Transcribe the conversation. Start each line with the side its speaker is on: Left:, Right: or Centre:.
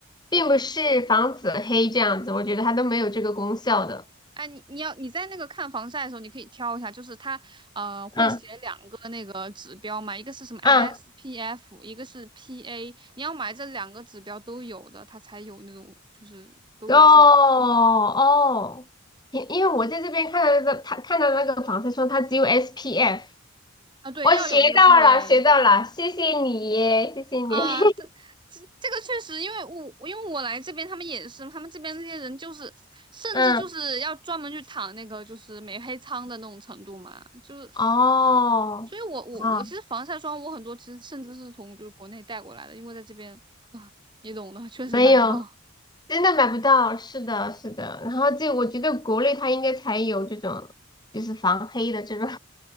Left: 并不是防止黑这样子，我觉得它都没有这个功效的。
Right: 哎，你你要你在那个看防晒的时候，你可以挑一下，就是它呃会写两个那个指标嘛，
Left: 嗯
Right: 一个是什么 SPF，
Left: 嗯，
Right: 一个是 PA，你要买这两个指标都有的，它才有那种就是都有效果
Left: 哦哦，因因为我在这边看到的，他看到那个防晒霜，它只有 SPF，
Right: 啊。对，
Left: 我学到了，
Right: 要有那个 PA。
Left: 学到了，谢谢你，谢谢你。
Right: 啊，
Left: <laughs>
Right: 这这这个确实，因为我因为我来这边，他们也是，他们这边那些人就是，甚至就是要专门去躺那个就是美黑仓的那种程度嘛，
Left: 嗯，
Right: 就是，
Left: 哦，
Right: 所以我我我其实防晒霜我很多其实甚至是从就是国内带过来的，
Left: 啊，
Right: 因为在这边啊，你懂的，确实买不到。
Left: 没有。真的买不到，是的，是的。然后这我觉得国内它应该才有这种，就是防黑的这种，